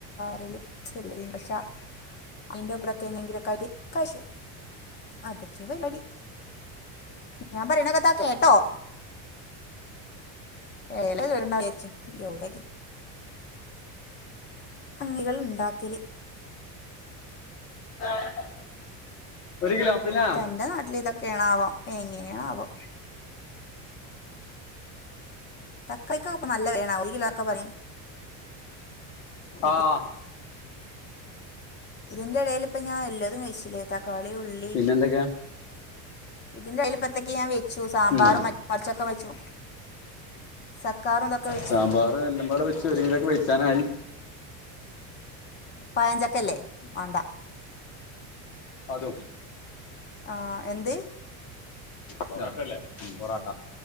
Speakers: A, on the left; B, on the left.
A: <unintelligible> അയിൻ്റെ <unintelligible> ക്കാലെക്കായിട്ട് കൈശോ അതെക്കെ പരിവാടി ഞാൻ പറിണൊക്കെത്താ കേട്ടോ ഏല കീറണർച്ച് എവ്ടക്കി <unintelligible> ഭംഗികൾ ഇണ്ടാക്കല്
B: <inaudible> ഒരു കിലോം പിന്നെ
A: തന്റെ നാട്ടിലിതക്കെയാണാവോ എങ്ങനെയാണാവോ തക്കളിക്ക ഇപ്പോ നല്ല വിലയാണ് ഒരു ഒരു കിലോ ഒക്കെ പറയും ഇത്
B: ആഹ്
A: ഇതിന്റെ ഇടയിൽ ഇപ്പ ഞാൻ എല്ലാതും വെച്ചില്ലേ തക്കാളി ഉള്ളി
B: പിന്നെ എന്തൊക്കെയാ
A: ഇതിന്റെ ഏൽപ്പത്തേക്കു ഞൻ വെച്ചു സാമ്പാറും
B: ഉം
A: മറിച്ചതും ഒക്ക വെച്ചു സക്കാറും ഇതൊക്കെ വെച്ചു
B: സാമ്പാർ എല്ലാം പാടെ വെച്ച് ഒരു കിലോക്ക് വെച്ചാനായി
A: പായഞ്ചക്കല്ലേ മാണ്ട.
B: അതും
A: ആ എന്ത്?
B: പൊറട്ടല്ല പൊറോട്ട